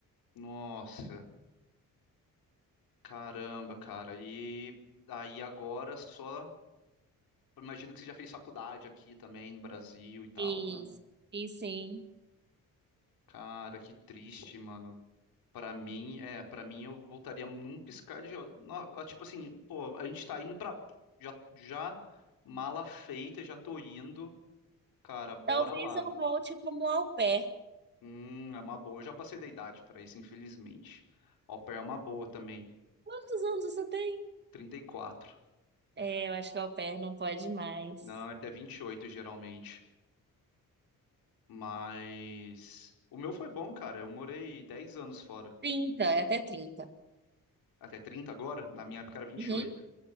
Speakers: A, on the left (about 80°); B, on the right (about 30°).
A: Nossa. Caramba, cara. E aí agora só. Imagino que você já fez faculdade aqui também no Brasil e tal,
B: Fiz,
A: né?
B: fiz sim.
A: Cara, que triste, mano. Pra mim, é, para mim eu voltaria num piscar de olhos. No- Tipo assim, pô, a gente tá indo pra. Já, já mala feita, já tô indo. Cara, bora
B: Talvez
A: lá.
B: eu volte como au pair.
A: Hum, é uma boa. Eu já passei da idade pra isso, infelizmente. Au pair é uma boa também.
B: Quantos anos você tem?
A: 34.
B: É, eu acho que au pair não pode mais.
A: Não, é até 28 geralmente. Mas o meu foi bom, cara. Eu morei 10 anos fora.
B: 30, é até 30.
A: Até 30 agora, na minha época era vinte
B: Uhum,
A: e oito.